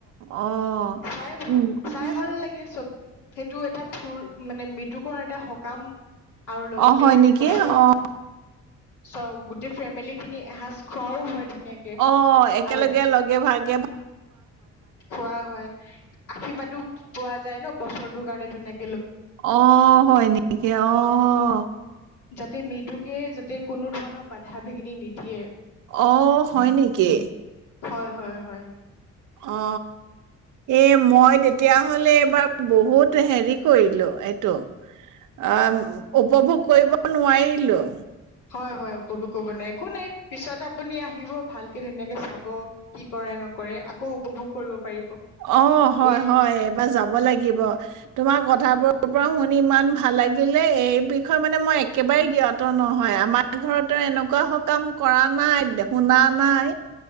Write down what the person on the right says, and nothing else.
আহ
উম
অ হয় নেকি
অ
অ একেলগে
লগে ভাগ গ
আহ হয় নেকি আহ
অ হয় নেকি
অ এ মই তে তেতিয়া হলে এইবাৰ বহুত হেৰি কৰিলো এইটো অ উপভোগ কৰিব নোৱাৰিলো
অ হয়
হয় এইবাৰ যাব লাগিব তোমাৰ কথাবোৰৰ পৰা শুনি ইমান ভাল লাগিলে এই বিষয়ে মানে মই একেবাৰে জ্ঞাত নহয় আমাৰ ঘৰতো এনেকুৱা সকাম কৰা নাই শুনা নাই